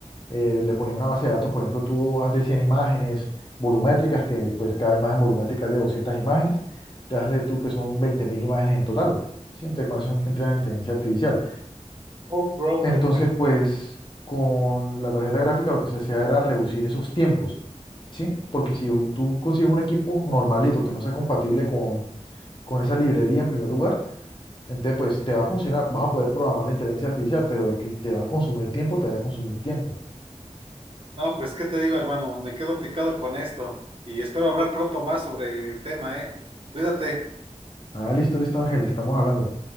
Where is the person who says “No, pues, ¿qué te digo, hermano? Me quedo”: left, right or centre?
Right